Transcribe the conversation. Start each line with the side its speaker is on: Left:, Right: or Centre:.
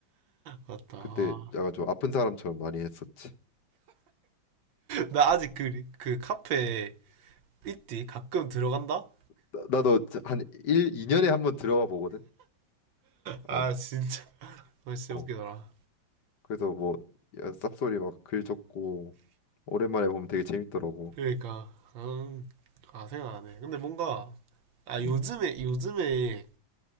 Right: <laughs> 맞다.
Left: 그때 약간 좀 아픈 사람처럼 많이 했었지.
Right: 나 아직 그, 그 카페 있디? 가끔 들어간다?
Left: 나, 나도 한일 2년에 한번 들어와 보거든.
Right: 아,
Left: 어,
Right: 진짜. 아, 진짜
Left: 어.
Right: 웃기더라.
Left: 그래서 뭐 야, 쌉소리 막 글 적고 오랜만에 보면 되게 재밌더라고.
Right: 그러니까, 음, 아, 생각나네. 근데 뭔가, 아, 요즘에,
Left: 음.
Right: 요즘에,